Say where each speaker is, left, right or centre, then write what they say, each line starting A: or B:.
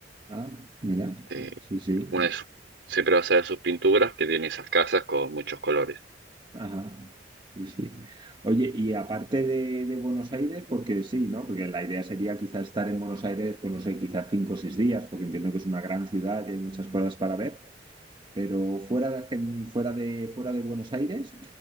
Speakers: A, on the right (about 25°); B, on the right (about 70°).
A: Ah, mira.
B: Eh,
A: Sí, sí.
B: una de sus- siempre vas a ver sus pinturas que tiene esas casas con muchos colores.
A: Ajá, sí, sí. Oye, y aparte de, de Buenos Aires, porque sí, ¿no? Porque la idea sería quizás estar en Buenos Aires, pues no sé, quizás cinco o seis días, porque entiendo que es una gran ciudad y hay muchas cosas para ver, pero fuera de, Argen- fuera de, fuera de Buenos Aires,